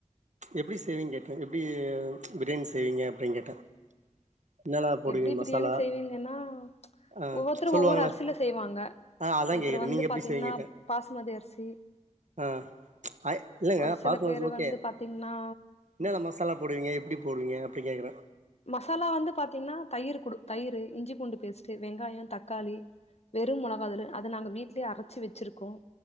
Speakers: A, on the right (about 80°); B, on the left (about 60°).
A: எப்படி செய்வீங்கக் எப்படி பிரியாணி செய்வீங்க அப்டி கேட்டேன் என்னல்லா போடுவீங்க
B: எப்டி பிரியாணி
A: மசாலா
B: செய்வீங்கன்னா
A: ஆஹ்
B: ஒவ்வொருத்தரு
A: சொல்லுவாங்களேன்
B: ஒவ்வொரு அரிசில செய்வாங்க
A: ஆஹ் அதான்
B: ஒருத்தர்
A: கேட்டேன்
B: வந்து
A: நீங்க எப்படி
B: பாத்தீங்கன்னா
A: செய்வீங்கன்னு
B: பாசுமதி அரிசி
A: ஆ ஐ இல்லங்க
B: ஒரு சில
A: பாக்கனும்
B: பேரு
A: ஓகே
B: வந்து பாத்தீங்கன்னா
A: என்னன்ன மசாலா போடுவீங்க எப்படி போடுவீங்க. எப்டி கேக்குறேன்
B: மசாலா வந்து பாத்தீங்கன்னா தயிர், குடு தயிர், இஞ்சி, பூண்டு பேஸ்ட்டு வெங்காயம், தக்காளி வெறுமுழகாதான அத நாங்க வீட் அரைச்சு வச்சிருக்கோம்